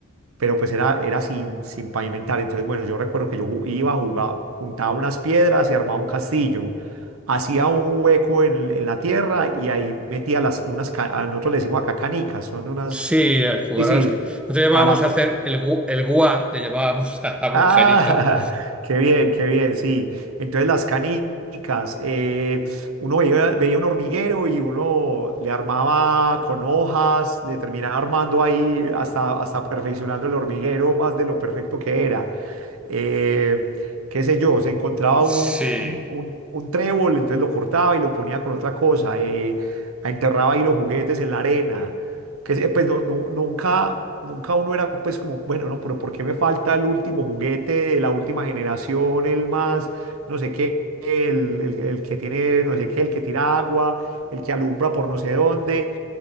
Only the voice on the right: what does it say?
pero pues era, era sin, sin pavimentar. Entonces, bueno, yo recuerdo que yo ju- iba a jugar, juntaba unas piedras y armaba un castillo. Hacía un hueco en, en la tierra y ahí metía las, unas, ca- a nosotros le decimos acá canicas, son unas,
sí, sí,
a las,
Ah, <laughs> qué bien, qué bien, sí. Entonces las canicas, eh, uno veía, veía un hormiguero y uno le armaba con hojas, le terminaba armando ahí hasta, hasta perfeccionando el hormiguero más de lo perfecto que era eh, qué sé yo, se encontraba
uno un, un- un trébol, entonces lo cortaba y lo ponía con otra cosa, eh, enterraba ahí los juguetes en la arena, que se- pues no- nu- nunca, nunca uno era pues como, bueno, no, pero ¿por qué me falta el último juguete de la última generación, el más, no sé qué, el, el el que tiene, no sé qué, el que tira agua, el que alumbra por no sé dónde?